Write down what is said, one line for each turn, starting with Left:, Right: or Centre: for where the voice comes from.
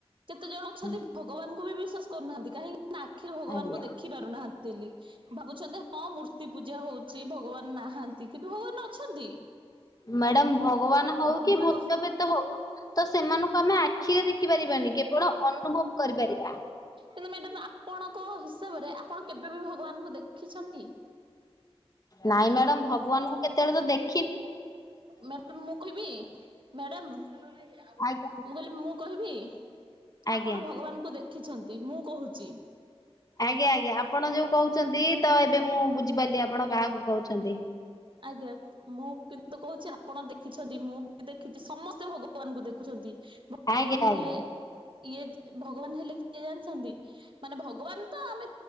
Right: କେତେ ଜଣ ଅଛନ୍ତି
Left: ଆଜ୍ଞା।
Right: ଭଗବାନଙ୍କୁ ବି ବିଶ୍ଵାସ କରୁନାହାନ୍ତି କାହିଁକି ନା ଆଖିରେ ଭଗବାନଙ୍କୁ
Left: ଆଜ୍ଞା
Right: ଦେଖି ପାରୁନାହାନ୍ତି ଲି ଭାବୁଛନ୍ତି ହଁ ମୂର୍ତ୍ତି ପୂଜା ହଉ ଛି ଭଗବାନ ନାହାନ୍ତି କିନ୍ତୁ ଭଗବାନ ଅଛନ୍ତି।
Left: ମ୍ୟାଡ଼ାମ ଭଗବାନ ହଉ କି
Right: ଭଗ
Left: ଭୂତପ୍ରେତ ହଉ। ତ ସେମାନଙ୍କୁ ଆମେ ଆଖିରେ ଦେଖି ପାରିବାନି କେବଳ ଅନୁଭବ କରିପାରିବା।
Right: କିନ୍ତୁ ମ୍ୟାଡାମ୍, ଆପଣଙ୍କ ହିସାବରେ ଆପଣ କେବେ ବି ଭଗବାନଙ୍କୁ ଦେଖିଛନ୍ତି?
Left: ନାଇଁ, ମ୍ୟାଡାମ୍ ଭଗବାନଙ୍କୁ କେତେବେଳେ ତ ଦେଖ୍
Right: ମ୍ୟାଡ଼ାମ୍ ମୁଁ କହିବି? ମ୍ୟାଡମ୍ ମୁଁ କହିଲି,
Left: ଆଜ୍ଞା।
Right: ମୁଁ କହିବି,
Left: ଆଜ୍ଞା
Right: ଆପଣ ଭଗବାନଙ୍କୁ ଦେଖିଛନ୍ତି। ମୁଁ କହୁଛି।
Left: ଆଜ୍ଞା ଆଜ୍ଞା, ଆପଣ ଯୋଉ କହୁଛନ୍ତି ତ, ଏବେ ମୁଁ ବୁଝିପାରିଲି। ଆପଣ କାହାକୁ କହୁଛନ୍ତି?
Right: ଆଜ୍ଞା। ମୁଁ କିନ୍ତୁ କହୁଛି, ଆପଣ ଦେଖିଛନ୍ତି। ମୁଁ ବି ଦେଖିଛି, ସମସ୍ତେ ଭଗବାନଙ୍କୁ ଦେଖୁଛନ୍ତି। ଭ ଭଗବାନ
Left: ଆଜ୍ଞା ଆଜ୍ଞା
Right: ହେଲେ ଇଏ, ଭଗବାନ ହେଲେ କିଏ ଜାଣିଛନ୍ତି? ମାନେ ଭଗବାନ ତ ଆମେ